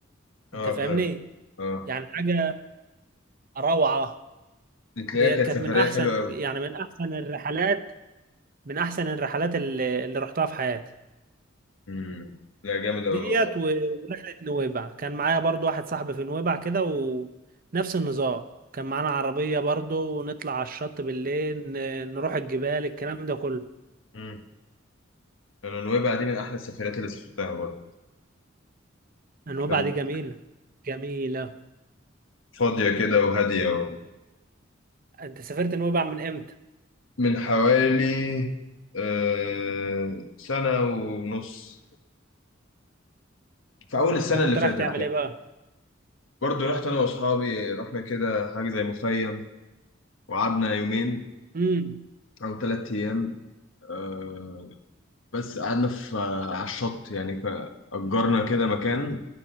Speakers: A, on the left; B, on the right.
A: اه
B: انت فاهمني
A: فعلا اه
B: يعني حاجة روعة
A: دي تلاقيها
B: ديت
A: كانت
B: كانت
A: سفرية
B: من احسن
A: حلوة أوي
B: يعني من احسن الرحلات من احسن الرحلات اللي, اللي رحتها في حياتي
A: مم. لا جامد أوي
B: ديت
A: والله
B: و- ورحلة نويبع كان معايا برضو واحد صاحبي في نويبع كده ونفس النظام كان معانا عربية برضو ونطلع على الشط بالليل ن- نروح الجبال الكلام ده كله
A: مم. انا نويبع دي من احلى السفرات اللي سافرتها برضه
B: نويبع
A: كانت
B: دي جميلة جميلة
A: فاضيه كده وهاديه و...
B: انت سافرت نويبع من امتى؟
A: من حوالي آه، سنه ونص في اول السنه
B: انت كنت
A: اللي فاتت
B: رايح تعمل
A: كده
B: ايه بقى؟
A: برضه رحت انا واصحابي رحنا كده حاجه زي مخيم وقعدنا يومين
B: امم
A: او ثلاث ايام آه، بس قعدنا في على الشط يعني ك- اجرنا كده مكان